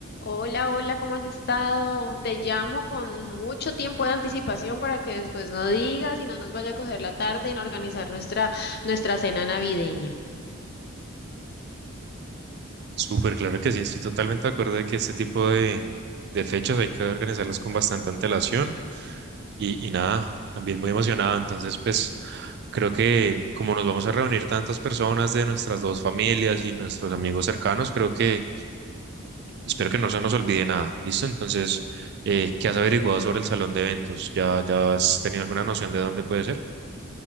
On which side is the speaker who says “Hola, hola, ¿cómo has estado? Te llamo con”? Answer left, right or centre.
Left